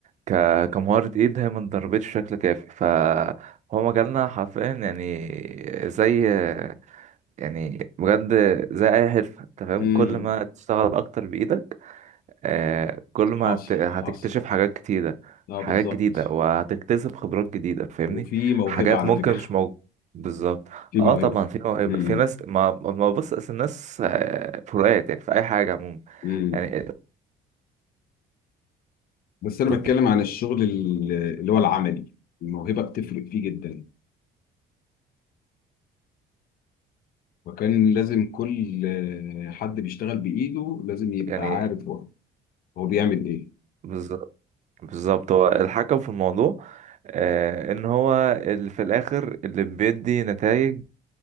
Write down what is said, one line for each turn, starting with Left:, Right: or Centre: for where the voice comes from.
Right: ك كمهارة ايد هي ما اتدربتش بشكل كافي فهو مجالنا حرفيا يعني زي آه، يعني بجد زي اي حرفة انت فاهم
Left: امم
Right: كل ما تشتغل اكتر بايدك آه، كل ما
Left: حاصل
Right: هت- هتكتشف
Left: حاصل
Right: حاجات كتيرة
Left: اه
Right: حاجات
Left: بالظبط
Right: جديدة وهتكتسب خبرات جديدة فاهمني
Left: وفي موهبة
Right: حاجات
Left: على
Right: ممكن
Left: فكرة
Right: مش موجودة بالظبط
Left: في
Right: اه
Left: موهبة
Right: طبعا في مواهب
Left: امم
Right: في ناس ما ما بص أصل الناس آه، فروقات يعني في اي حاجة عموما
Left: امم
Right: يعني
Left: بس انا
Right: ضد-
Left: بتكلم عن الشغل ال- اللي هو العملي الموهبة بتفرق فيه جدا وكان لازم كل آه، حد بيشتغل بإيده لازم يبقى
Right: يعني
Left: عارف هو هو بيعمل ايه
Right: بالظبط بالظبط هو الحكم في الموضوع آه، ان هو اللي في الاخر اللي بيدي نتائج